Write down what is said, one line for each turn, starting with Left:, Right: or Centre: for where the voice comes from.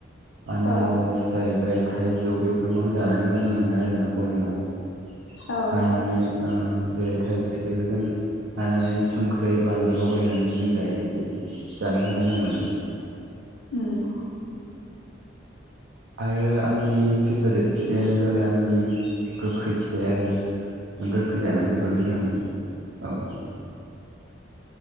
Right: आनारस
Left: ओ
Right: जाहैबाय थाइजौ बेफोरखौ आं जानानै मोजां मोनो आरोना गरमाव
Left: औ
Right: हानानै जेरै थाइजौ फिथाइखौ जों हानानै संख्रै बान्दु लगायनानै जों जायो बिदि जानानै मोजां मोनो
Left: ओम
Right: आरो आंनि फेभारेट फिथाइयानो जाबाय आंनि गोखै फिथाइ आरोना गोखै जानानै जोबोद मोजां मोनो औ